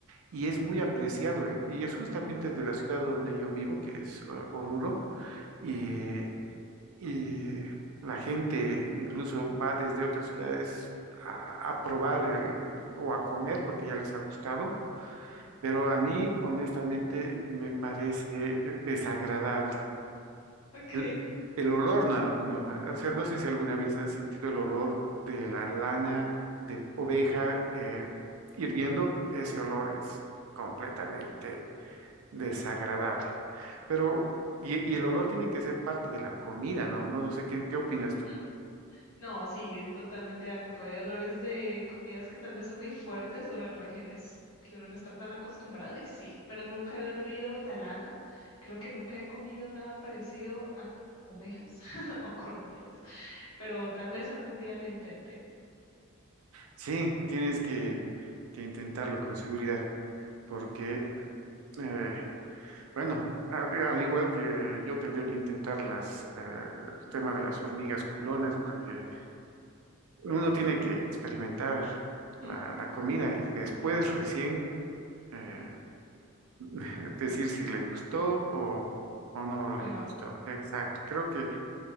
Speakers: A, on the right; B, on the left.
A: y es muy apreciado en- y es justamente de la ciudad donde yo vivo, que es eh, Oruro, y, y la gente incluso va desde otras ciudades a, a probar el, o a comer porque ya les ha gustado, pero a mí honestamente me parece desagradable.
B: okay
A: El, el olor, no, no, o sea, no sé si alguna vez has sentido el olor de la lana de oveja eh, hirviendo, ese olor es completamente desagradable. Pero, y, y el olor tiene que ser parte de la comida, ¿no? No, no sé qué, qué opinas
B: Ujú.
A: tú.
B: No, sí, totalmente de acuerdo. Hay olores de comidas que tal vez son muy fuertes o de regiones que uno no está tan acostumbrado y sí, pero nunca he olido la lana. Creo que nunca he comido nada parecido a ovejas <laughs> o corderas, pero tal vez algún día lo intente.
A: Sí, tienes que, que intentarlo con seguridad, porque, eh, bueno, al, al igual que yo tendría que intentar las, eh, el tema de las hormigas culonas, porque uno tiene que experimentar la,
B: Ujú,
A: la comida y después recién eh, <laughs> decir si le gustó o, o no
B: ¿O
A: le
B: no?
A: gustó. Exacto. Creo que